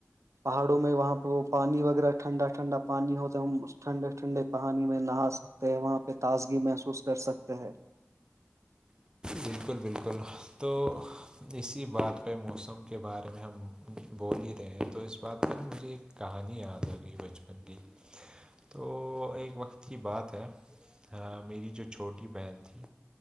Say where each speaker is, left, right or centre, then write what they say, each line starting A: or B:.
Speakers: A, on the right; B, on the right.
A: پہاڑوں میں وہاں پہ وہ پانی وغیرہ ٹھنڈا ٹھنڈا پانی ہوتا ہے ہم اس ٹھنڈے ٹھنڈے پانی میں نہا سکتے وہاں پہ تازگی محسوس کر سکتے ہیں
B: بالکل بالکل تو اسی بات پہ موسم کے بارے میں ہم بول ہی رہے ہیں تو اس بات پہ نا مجھے ایک کہانی یاد آ گئی بچپن کی تو ایک وقت کی بات ہے ہاں میری جو چھوٹی بہن تھی